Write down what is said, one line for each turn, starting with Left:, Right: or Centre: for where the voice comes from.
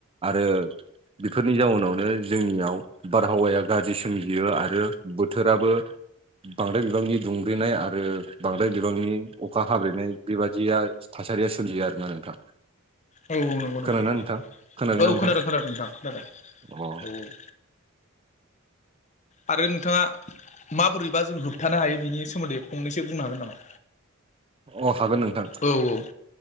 Right: आरो बेफोरनि जाउनावनो जोंनियाव बारहावाया गाज्रि सोमजियो आरो बोथोराबो बांद्राय बिबांनि दुंब्रेनाय आरो बांद्राय बिबांनि अखा हाब्रेनाय बेबादिया थासारिया सोरजियो आरोना नोंथां।
Left: औ औ नंगौ
Right: खोनादोंना
Left: नंगौ
Right: नोंथां खोनादोंना
Left: औ
Right: नोंथां
Left: खोनादों खोनादों नोंथां खोनादों
Right: अ
Left: औ औ। आरो नोंथाङा माबोरैबा जों होबथानो हायो बिनि सोमोन्दै फंनैसो बुंनो हागोन नामा?
Right: अ हागोन नोंथां
Left: औ औ